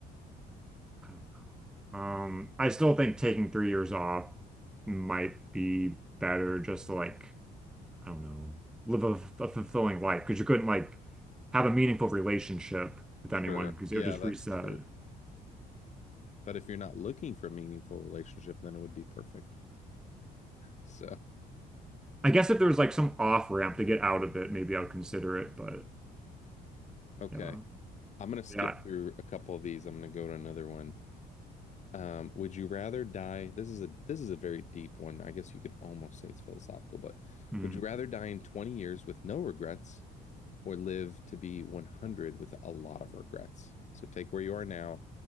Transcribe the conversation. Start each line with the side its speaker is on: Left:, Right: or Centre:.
Centre: don't know. Um, I still think taking three years off might be better just to like, I don't know, live a a fulfilling life because you couldn't like have a meaningful relationship with
Left: Sure.
Centre: anyone because
Left: Yeah,
Centre: it would just
Left: that's
Centre: reset.
Left: true. But if you're not looking for a meaningful relationship, then it would be perfect. So,
Centre: I guess if there was like some off ramp to get out of it, maybe I would consider it, but
Left: okay.
Centre: yeah.
Left: I'm gonna skip
Centre: Yeah,
Left: through a couple of these. I'm gonna go to another one. Um, would you rather die? This is a this is a very deep one. I guess you could almost say it's philosophical, but
Centre: Hmm.
Left: would you rather die in 20 years with no regrets or live to be 100 with a lot of regrets? So take where you are now,